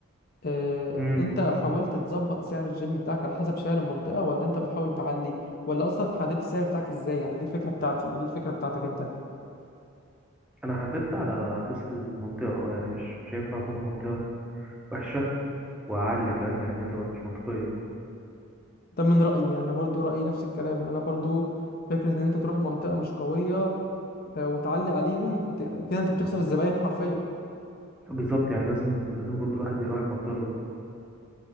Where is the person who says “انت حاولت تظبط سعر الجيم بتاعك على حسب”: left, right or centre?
Left